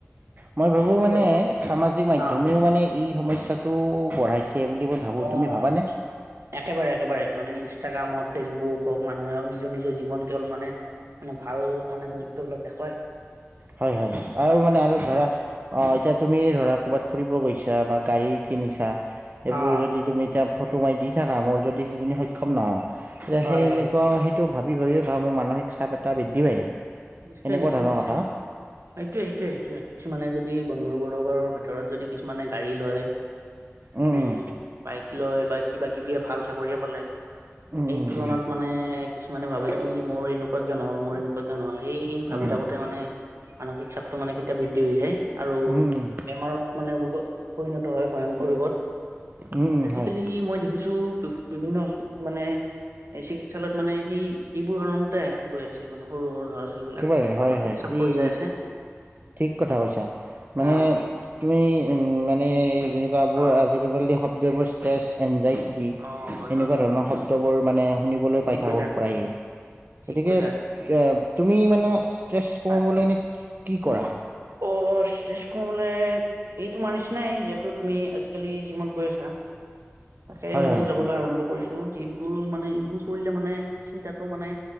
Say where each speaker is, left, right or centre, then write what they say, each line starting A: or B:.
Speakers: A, on the right; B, on the right.
A: মই ভাবো
B: সেইটোয়ে
A: মানে সামাজিক মাধ্যমেও
B: অ
A: মানে এই সমস্যাটো বঢ়াইছে বুলি মই ভাবোঁ
B: অ'।
A: তুমি ভাবানে?
B: একেবাৰে একেবাৰে মানে ইনষ্টাগ্ৰাম হওঁক ফেচবুক হওঁক মানুহে নিজৰ নিজৰ জীৱন কেৱল মানে <unintelligible> ভাল মানে মূৰ্হত বলাক দেখুৱায়।
A: হয়, হয় আৰু মানে আৰু ধৰা। অ এতিয়া তুমি ধৰা ক'ৰবাত ফুৰিব গৈছা বা গাড়ী কিনিছা এইবোৰ
B: অ
A: যদি তুমি এতিয়া ফটো মাৰি দি থাকা মোৰ যদি সেইখিনি সক্ষম নহওঁ তেতিয়া
B: হয়
A: সেই এনেকুৱাওেই
B: হয়
A: <unintelligible> ভাবি ভাবি ধৰা মোৰ মানসিক চাপ এটা বৃদ্ধি <unintelligible>
B: নিশ্চয়,
A: এনেকুৱা
B: নিশ্চয়,
A: ধৰণৰ
B: নিশ্চয়।
A: কথা
B: এইটোয়ে এইটোয়ে এইটোয়ে কিছুমানে যদি বন্ধু বৰ্গৰ ভিতৰত যদি কি মানে গাড়ী লয় মানে
A: উম
B: বাইক লয় বা কিবা কিবিয়ে ভাল চাকৰিয়ে পালে
A: উম
B: এই তুলনাত
A: উম
B: মানে কিছুমানে ভাবে কি মোৰ এনেকুৱা কিয় নহ'ল মোৰ এনেকুৱা কিয় নহ'ল এই ভাবি
A: উম
B: থাকোতে মানে মানসিক চাপটো মানে কেতিয়া বৃদ্ধি হৈ যায় আৰু
A: উম উম উম উম উম
B: বেমাৰত মানে ৰোগত পৰিণত হয় ভয়ংকৰ ৰোগত
A: উম উম
B: আজিকালি
A: হয়
B: মই দেখিছো ছু বিভিন্ন হস্পিতে মানে ছু এই চিকিৎসালয়ত মানে সেই এইবোৰ কাৰণতে গৈ আছে মানে সৰু সৰু ল'ৰা ছোৱালী
A: একেবাৰে
B: বিলাক মানসিক
A: হয় হয়
B: চাপ পৰি
A: এই
B: যাই আছে
A: ঠিক কথা কৈছা মানে
B: অ
A: তুমি উম মানে যেনেকুৱা বোৰ
B: অ
A: আজিকাল শব্দ এইবোৰ ষ্ট্ৰেছ এনজাইটি টি
B: অ হয়
A: এনেকুৱা
B: হয় হয়
A: ধৰণৰ
B: হয়
A: শব্দ শব্দবোৰ মানে শুনিবলৈ পাই
B: ঠিক
A: থাকো
B: কৈছা
A: প্ৰায়ে
B: ঠিক
A: গতিকে
B: কৈছা
A: এ তুমি মানে ষ্ট্ৰেছ কমাবলৈ
B: হয়
A: এনে কি কি কৰা?
B: অ ষ্টেছ কমাবলে এইটো মানিছ নাই যিহেতু তুমি আজিকালি জিমত গৈ আছা তাকে
A: হয়
B: ময়ও
A: হয়
B: যাবলৈ
A: হয়
B: আৰম্ভ কৰিছো এইবোৰ মানে এইবোৰ কৰিলে মানে চিন্তাটো মানে